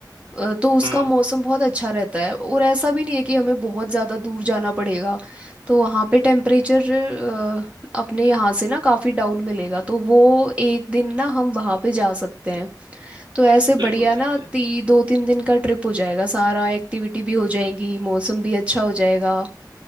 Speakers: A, on the right (about 15°); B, on the right (about 80°).
A: अ, तो उसका
B: हम्म
A: मौसम बहुत अच्छा रहता है और ऐसा भी नहीं है कि हमें बहुत ज़्यादा दूर जाना पड़ेगा तो वहाँ पे टेम्परेचर अपने यहाँ से ना काफ़ी डाउन मिलेगा तो वो एक दिन ना हम वहाँ पे जा सकते हैं तो ऐसे
B: बिल्कुल
A: बढ़िया ना
B: सही है
A: ती दो तीन दिन का ट्रिप हो जाएगा सारा एक्टिविटी भी हो जाएंगी मौसम भी अच्छा हो जाएगा